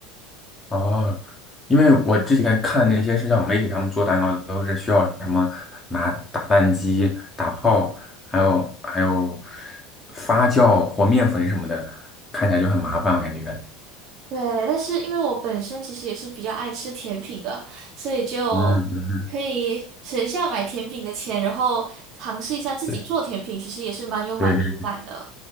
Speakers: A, on the left (about 15°); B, on the right (about 50°).
A: 哦，因为我之前看那些社交媒体，他们做蛋糕都是需要什么拿打蛋机、打泡，还有还有发酵和面粉什么的，看起来就很麻烦，我感觉。
B: 对，但是因为我本身其实也是比较爱吃甜品的，所以就可以省下买甜品的钱，
A: 嗯嗯，
B: 然后尝试一下自己做甜品，
A: 对
B: 其实也是蛮有满足感的。
A: 对对，